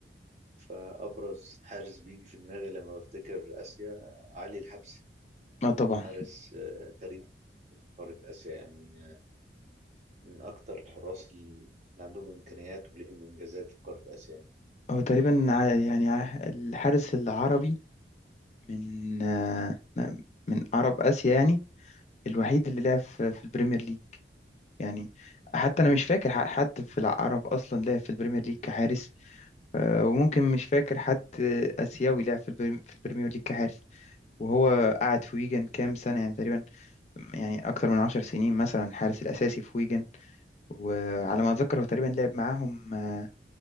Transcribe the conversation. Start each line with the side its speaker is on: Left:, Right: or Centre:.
Right: فأبرز حارس بيجي في دماغي لما بفتكر آسيا علي الحبسي
Left: اه طبعا
Right: حارس آه، تاريخي قارة آسيا يعني من أكتر الحراس اللي عندهم إمكانيات وليهم إنجازات في قارة آسيا يعني.
Left: هو تقريبا ع- يعني ع- الحارس العربي من آه، من عرب آسيا يعني الوحيد اللي لعب في في البريمير ليج يعني حتى أنا مش فاكر ح- حد في العرب أصلا لعب في البريمير ليج كحارس آه، وممكن مش فاكر حد آسيوي لعب في البريم- في البريمير ليج كحارس وهو قعد في ويجن كام سنة يعني تقريبا يعني أكتر من عشر سنين مثلا حارس الأساسي في ويجن وعلى ما أتذكر هو تقريبا لعب معاهم آه،